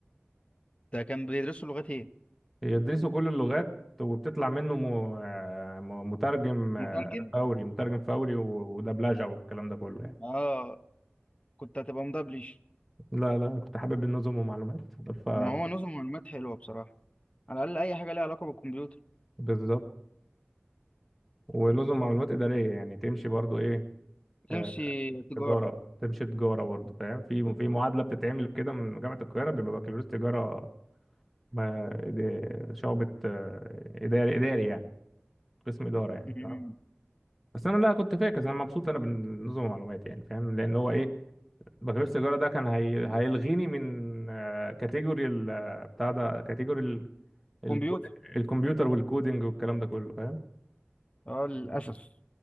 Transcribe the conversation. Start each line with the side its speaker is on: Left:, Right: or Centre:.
Left: ده كان بيدرسوا لغات إيه
Centre: يدرسوا كل اللغات وبتطلع منه م- آه، م- مترجم آه،
Left: مترجم
Centre: فوري مترجم فوري و- ودبلجة والكلام ده كله يعني
Left: آه كنت هتبقى مدبلج
Centre: لا لا كنت حابب النظم ومعلومات ف
Left: ما هو نظم معلومات حلوة بصراحة على الأقل أي حاجة ليها علاقة بالكمبيوتر
Centre: بالظبط ونظم معلومات إدارية يعني تمشي برضو إيه
Left: تمشي
Centre: آه،
Left: تجارة
Centre: تجارة تمشي تجارة برضو فاهم في في معادلة بتتعمل كده من جامعة القاهرة بيبقى بكالوريوس تجارة ما إد- شعبة آه، إداري إداري يعني قسم إدارة يعني
Left: مم.
Centre: تمام بس أنا لا كنت فاكر أنا مبسوط أنا بالنظم والمعلومات يعني فاهم لأن هو إيه بكالوريوس التجارة ده كان هي... هيلغيني من آه، كاتيجوري ال... آه، بتاع ده كاتيجوري ال... الكود...
Left: كمبيوتر
Centre: الكمبيوتر والكودينج والكلام ده كله فاهم
Left: آه للأسف